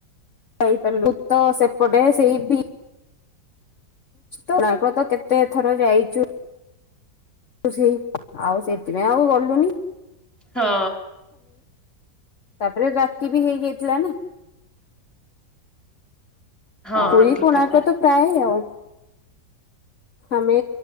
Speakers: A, on the left; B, in the centre.
A: ଯା ପାରିଲୁ ଭୁତ ସେପଟେ ସେଇଭି ତ ତାଙ୍କ ତ କେତେ ଥର ଯାଇଛୁ ତ ସେଇ ଆଉ ସେଥିପାଇଁ ଆଉ ଗଲୁ କୁନି
B: ହଁ।
A: ତାପରେ ରାତି ବି ହେଇଯାଇଥିଲା ନା।
B: ହଁ
A: କୁରୀ
B: ଠିକ
A: କୋଣାର୍କ
B: କଥା
A: ତ ପ୍ରାୟ ଆଉ। ଆମେ